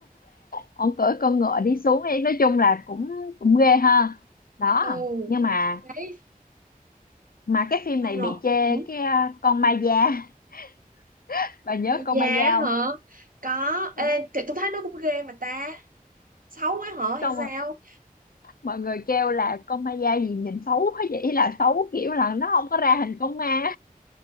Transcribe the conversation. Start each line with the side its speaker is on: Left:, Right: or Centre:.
Left: ổng cưỡi con ngựa đi xuống ấy nói chung là cũng cũng ghê ha đó
Right: Ừ,
Left: nhưng mà
Right: đấy,
Left: mà cái phim
Right: xong
Left: này
Right: rồi.
Left: bị chê
Right: Ừ.
Left: cái à, con ma da <laughs> bà nhớ
Right: Mà
Left: con
Right: già
Left: ma da không
Right: hả? Có.
Left: Ừ,
Right: Ê, thì tôi thấy nó cũng ghê mà ta. Xấu quá hả hay
Left: xong
Right: sao?
Left: rồi mọi người kêu là con ma da gì nhìn xấu quá vậy là xấu kiểu là nó không có ra hình con ma